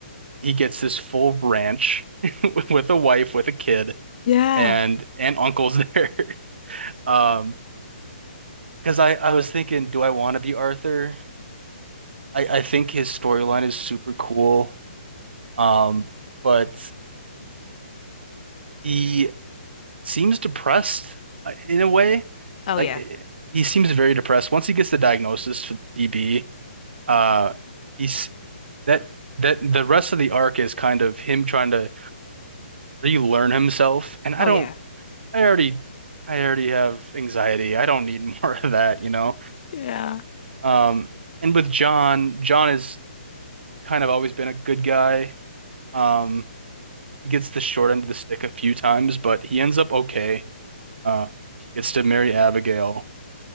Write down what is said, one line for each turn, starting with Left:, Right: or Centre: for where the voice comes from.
Right: He gets this full ranch <laughs> with a wife, with a kid,
Left: Yeah.
Right: and and uncle's there. <laughs> Um, because I I was thinking, do I want to be Arthur? I I think his storyline is super cool. Um, but he seems depressed uh, in a way.
Left: Oh
Right: Like
Left: yeah.
Right: eh, he seems very depressed. Once he gets the diagnosis for the DB, uh, he's that that the rest of the arc is kind of him trying to relearn himself. And I
Left: Oh
Right: don't,
Left: yeah.
Right: I already, I already have anxiety. I don't need more <laughs> of that, you know.
Left: Yeah.
Right: Um, and with John, John has kind of always been a good guy. Um, he gets the short end of the stick a few times, but he ends up okay. Uh, he gets to marry Abigail.